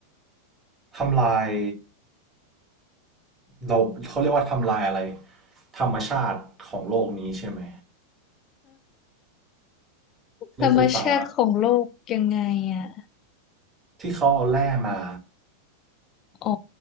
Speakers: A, on the right; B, on the left.
A: ทำลายเราเขาเรียกว่าทำลายอะไรธรรมชาติของโลกนี้ใช่ไหมรถไฟฟ้า
B: ธรรมชาติของโลกยังไงอ่ะ
A: ที่เขาเอาแร่มา
B: อ๋อ